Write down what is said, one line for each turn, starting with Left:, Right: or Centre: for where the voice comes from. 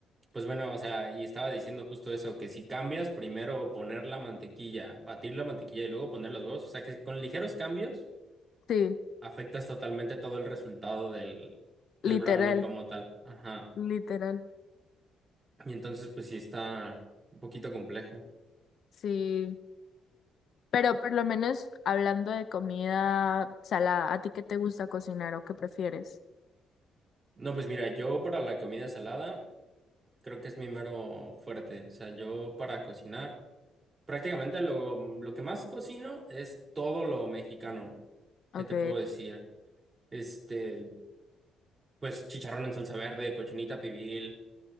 Right: Pues bueno, o sea, y estaba diciendo justo eso, que si cambias, primero poner la mantequilla, batir la mantequilla y luego poner los huevos, o sea que si con ligeros cambios
Left: Sí,
Right: afectas totalmente todo el resultado del, del
Left: literal,
Right: brownie como tal. Ajá.
Left: literal.
Right: Y entonces, pues sí está un poquito complejo.
Left: Sí. Pero por lo menos hablando de comida salada, ¿a ti qué te gusta cocinar o qué prefieres?
Right: No, pues mira, yo para la comida salada creo que es mi mero fuerte. O sea, yo para cocinar. Prácticamente lo, lo que más cocino es todo lo mexicano.
Left: Ok.
Right: ¿Qué te puedo decir? Este, pues chicharrón en salsa verde, cochinita pibil,